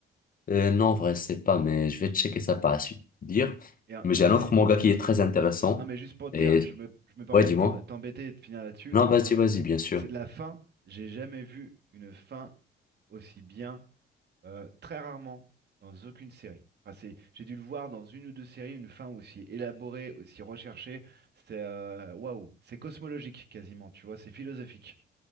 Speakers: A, on the left; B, on the right.
A: Euh, non, en vrai, je sais pas, mais je vais checker ça par la suite, te dire.
B: Et, euh,
A: Mais j'ai
B: et
A: un
B: c'est.
A: autre manga qui est très intéressant.
B: Non, mais juste pour te
A: Et,
B: dire, je me, je me permets
A: ouais, dis-moi.
B: de t'en- t'embêter et de finir là-dessus.
A: Non, vas-y, vas-y, bien sûr.
B: C'est la fin, j'ai jamais vu une fin aussi bien Euh, très rarement dans aucune série. Enfin, c'est, j'ai dû le voir dans une ou deux séries, une fin aussi élaborée, aussi recherchée. C'est euh, waouh, c'est cosmologique quasiment, tu vois, c'est philosophique.